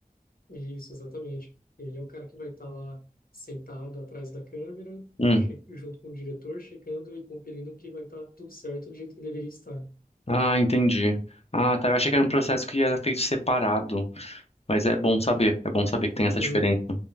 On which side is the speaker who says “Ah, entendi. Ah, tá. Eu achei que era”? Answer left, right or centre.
Left